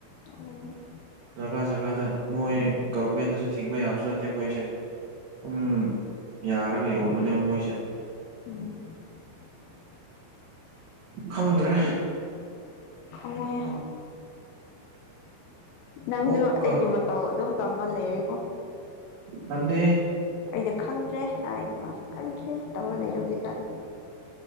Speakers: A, on the left; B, on the right.
A: ꯑꯣ
B: ꯖꯒꯥ ꯖꯒꯥꯗ ꯃꯣꯏ ꯒꯚꯔꯃꯦꯟꯗꯁꯨ ꯊꯤꯡꯕ ꯌꯥꯕꯁꯨ ꯅꯠꯇꯦ ꯃꯣꯏꯁꯦ ꯎꯝ ꯌꯥꯔꯒ ꯌꯣꯟꯕꯅꯦꯕ ꯃꯣꯏꯁꯦ
A: <unintelligible>
B: ꯈꯪꯗ꯭ꯔꯦ
A: ꯁꯣꯏ
B: ꯑꯝ
A: ꯅꯪꯁꯨ
B: ꯑꯣꯛꯀ
A: ꯑꯩꯒꯤ ꯃꯇꯧ ꯑꯗꯨꯝ ꯇꯃ ꯂꯩꯔꯦꯀꯣ
B: ꯇꯗꯦ
A: ꯑꯩꯅ ꯈꯪꯗ꯭ꯔꯦ ꯍꯥꯏꯗꯤ ꯃꯥꯁꯨ ꯈꯪꯗ꯭ꯔꯦ ꯇꯧꯔ ꯂꯩꯔꯦ ꯍꯧꯖꯤꯛꯀꯥꯟꯗꯤ